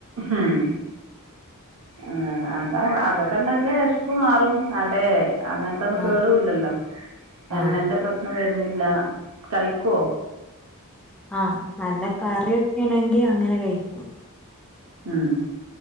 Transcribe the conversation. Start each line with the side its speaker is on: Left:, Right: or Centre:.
Right: ഉം ആഹ് <unintelligible> അതൊക്കെണ്ടാക്ക്യാ വെശ്പ്പ്മാറും അടേ അങ്ങൻത്തൊന്നും
Centre: ആ
Right: കേടൂല്ലല്ലോ
Centre: ആ
Right: എണ്ണന്റെ പ്രശ്നം വരുന്നില്ല കഴിക്കോ
Centre: ആഹ് നല്ല കറിയൊക്കേണെങ്കി അങ്ങനെ കഴിക്കും
Right: ഉം